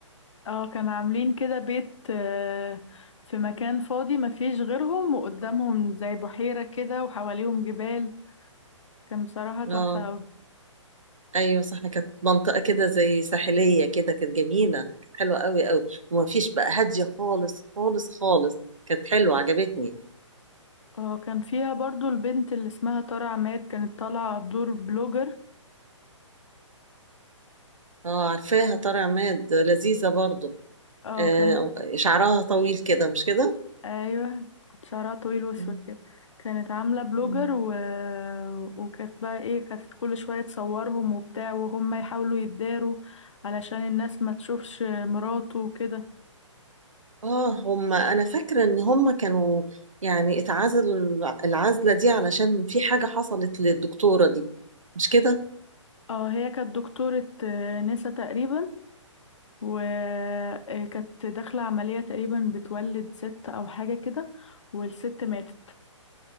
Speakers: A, on the left; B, on the right.
A: اه كانوا عاملين كده بيت آه، في مكان فاضي ما فيش غيرهم وقدامهم زي بحيرة كده وحواليهم جبال كان بصراحة تحفة
B: اه
A: أوي
B: ايوه صح كانت منطقة كده زي ساحلية كده كانت جميلة كانت حلوة قوي قوي وما فيش بقى هادية خالص خالص خالص كانت حلوة عجبتني
A: اه كان فيها برضو البنت اللي اسمها ترى عماد كانت طالعة دور بلوجر
B: اه عارفاها طارق عماد لذيذة برضو
A: اه
B: آه
A: كانت
B: شعرها طويل كده مش كده
A: ايوه كانت شعرها طويل واسود
B: <laughs> مم.
A: كده كانت عاملة بلوجر
B: مم.
A: و... وكانت بقى ايه كانت كل شوية تصورهم وبتاع وهم يحاولوا يتداروا علشان الناس ما تشوفش مراته وكده
B: اه هم انا فاكرة ان هم كانوا يعني اتعزلوا الع- العزلة دي علشان في حاجة حصلت للدكتورة دي مش كده
A: اه هي كانت دكتورة آه، نسا تقريبا وكانت داخلة عملية تقريبا بتولد ست أو حاجة كده والست ماتت